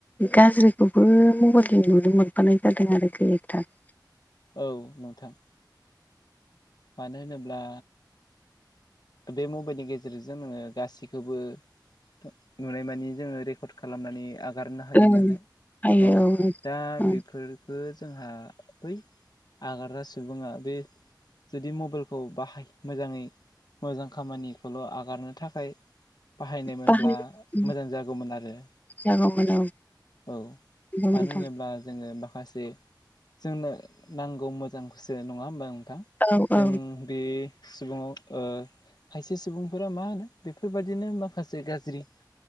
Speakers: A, on the left; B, on the left.
A: गाज्रिखौबो मबेलजों नुनो मोनफानाय जादों आरो केरेकथार।
B: औ नोंथां। मानो होनोब्ला बे मबाइलनि गेजेरजों ङो गासिखोबो <unintelligible> नुनाय मानि जोङो रेकर्ड खालामनानै आ गारनो हायो
A: ओं
B: नालाय
A: आयौ
B: औ दा
A: ओं
B: बे फोरखो जोंहा बै आगारग्रा सुबुङा बे जुदि मबाइलखौ बाहाय मोजाङै मोजां खामानि खौल' आगारनो थाखाय बाहायनायमोनब्ला
A: बाहाय
B: मोजां जागौमोन आरो
A: जागौमोन औ।
B: औ
A: नंगौ
B: मानो
A: नोंथां
B: होनोब्ला जोङो माखासे जोंनो नांगौ मोजांखौसो नङा होमबा नोंथां।
A: औ
B: जों
A: औ
B: बे सुबुङाव ओ खायसे सुबुंफोरा मा होनो बेफोरबायदिनो माखासे गाज्रि